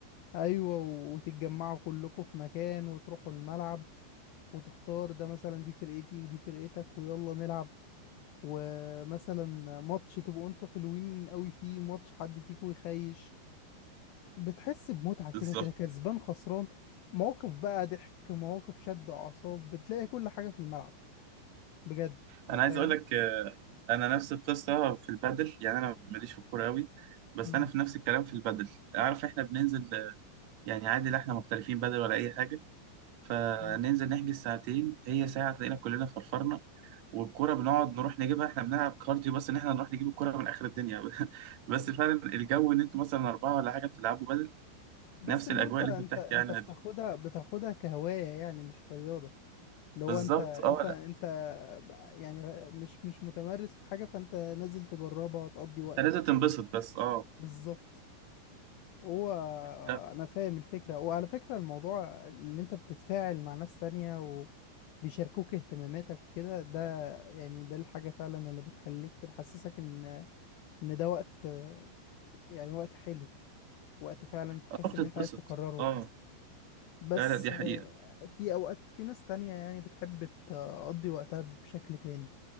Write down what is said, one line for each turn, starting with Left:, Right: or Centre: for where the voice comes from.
Left: ايوه وتتجمعوا كلكم في مكان وتروحوا الملعب وتختار ده مثلا دي فرقتي ودي فرقتك ويلا نلعب ومثلا ماتش تبقوا انتوا حلوين قوي فيه ماتش حد فيكم يخيش بتحس بمتعة كده
Right: <laughs> بالظبط
Left: كده كسبان خسران مواقف بقى ضحك مواقف شد أعصاب بتلاقي كل حاجة في الملعب بجد
Right: انا عايز
Left: فاهم
Right: اقول لك آه، انا نفس القصه في البادل يعني انا ماليش في الكوره قوي بس
Left: مم.
Right: انا في نفس الكلام في البادل عارف احنا بننزل يعني عادي لا احنا محترفين بدل ولا اي حاجه فننزل
Left: مم.
Right: نحجز ساعتين هي ساعه تلاقينا كلنا فرفرنا والكرة بنقعد نروح نجيبها احنا بنلعب كارديو بس ان احنا نروح نجيب الكرة من اخر الدنيا <laughs> بس فعلا الجو ان انتوا مثلا اربعة ولا حاجة بتلعبوا بدل
Left: بس
Right: نفس
Left: اللي
Right: الاجواء
Left: هو انت
Right: اللي
Left: انت
Right: انت بتحكي
Left: انت
Right: عنها
Left: بتاخدها
Right: دي
Left: بتاخدها كهواية يعني مش كرياضة اللي هو
Right: بالظبط
Left: انت انت
Right: اه لا
Left: انت يعني مش مش متمرس في حاجة فانت نازل تجربها تقضي وقتك
Right: انت لازم تنبسط
Left: فاهم؟
Right: بس اه
Left: بالظبط هو
Right: لا،
Left: انا فاهم الفكره وعلى فكره الموضوع ان انت بتتفاعل مع ناس تانية وبيشاركوك اهتماماتك وكده ده يعني ده الحاجه فعلا اللي بتخليك بتحسسك ان ان ده وقت يعني وقت حلو وقت فعلا تحس
Right: اه بتتبسط
Left: ان انت عايز تكرره
Right: اه
Left: بس
Right: لا لا دي
Left: آه،
Right: حقيقة
Left: في اوقات في ناس تانية يعني بتحب تقضي وقتها بشكل تاني